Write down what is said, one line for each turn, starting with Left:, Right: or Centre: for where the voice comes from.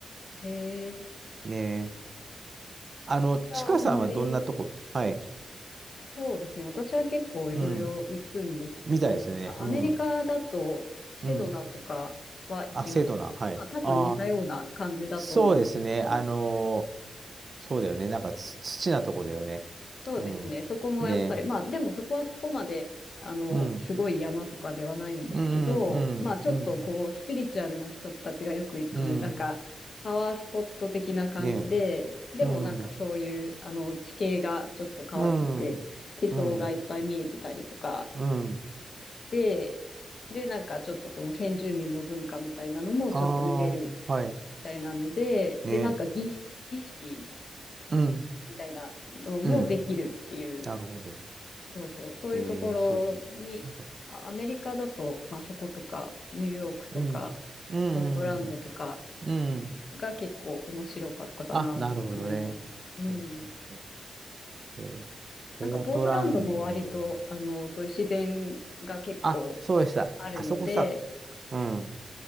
Left: へえ、
Right: ねえ。あの、
Left: 私はあんまり、
Right: ちかさんはどんなとこはい。
Left: そうですね。私は結構いろいろ行くんですけど、
Right: うん。みたいですね。
Left: まあ、
Right: うん。
Left: アメリカだとセドナとかは行きました。
Right: うん。あ、生徒な。はい。
Left: まあ多分似たような感じだと思うんですけど、
Right: ああ、そうですね。あのーそうだよね。なんかち、土なとこだよね。
Left: そうですね。
Right: うん。
Left: そこもやっぱり、
Right: ね。
Left: まあでもそこはそこまで、あの、
Right: うん。
Left: すごい山とかではないんですけど、
Right: うん、うん、
Left: まあちょっとこう、
Right: うん、
Left: スピリチュアルな人たちがよく行く、
Right: うん。
Left: なんか、パワースポット的な感じで、
Right: ね。
Left: でもなんかそういう、
Right: うん、う
Left: あの、地形がちょっと変わってて、
Right: ん、
Left: 地層がいっぱい見えてたりとか、
Right: うん、うん。
Left: して、で、なんかちょっとその先住民の文化みたいなのもちょっと見れる
Right: ああ、はい。
Left: みたいなので、
Right: ね。
Left: で、なんか儀式、儀式
Right: うん、
Left: みたいなのもできるっていう、
Right: うん。なるほど。
Left: そうそう、そういうところに、
Right: えー、そう。なんか、
Left: あアメリカだと、まあそことか、ニューヨークとか、
Right: うん、うん、
Left: ポートランドとか
Right: うん。うん
Left: が結構面白かったかなと思います。
Right: あ、なるほどね。
Left: うん。
Right: そうそうそうそう。えーポートランド。
Left: なんかポートランドも割と、あの、そういう自然が結構
Right: あ、そうでした。
Left: あるので、
Right: あそこさ、うん。